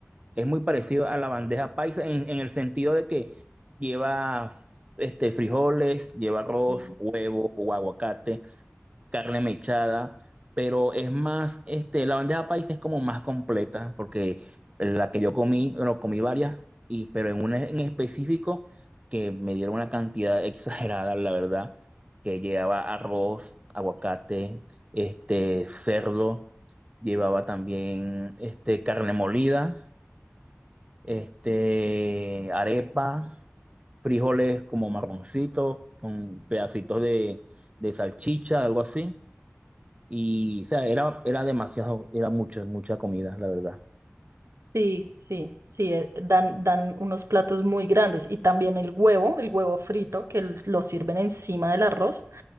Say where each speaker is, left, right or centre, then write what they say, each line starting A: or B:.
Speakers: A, on the right; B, on the right.
A: Es muy parecido a la bandeja paisa en, en el sentido de que lleva este, frijoles, lleva arroz,
B: O...
A: huevo o aguacate, carne mechada, pero es más, este, la bandeja paisa es como más completa porque la que yo comí, bueno, comí varias, y, pero en una en específico que me dieron una cantidad <laughs> exagerada, la verdad, que llevaba arroz, aguacate, este, cerdo, llevaba también este, carne molida este, arepa, frijoles como marroncitos, con pedacitos de, de salchicha, algo así. Y, o sea, era, era demasiado, era mucho, mucha comida, la verdad.
B: Sí, sí, sí, eh, dan, dan unos platos muy grandes y también el huevo, el huevo frito que l- lo sirven encima del arroz,